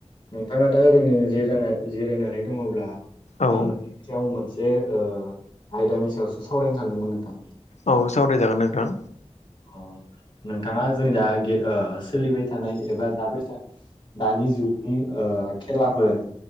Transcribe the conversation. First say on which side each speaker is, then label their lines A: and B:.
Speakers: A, on the left; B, on the left.
A: नोंथाङा दा ओरैनो जिराय जिरायनानै दङब्ला
B: औ
A: आङो याव मोनसे ओ आयदानि सायावसो सावरायनो सानदोंमोन नोंथां
B: औ सावरायजागोन नोंथां
A: अ नोंथाङा जों दा ओ सोलिबाय थानाय एबा दाबायसा दानि जुगनि ओ खेलाफोर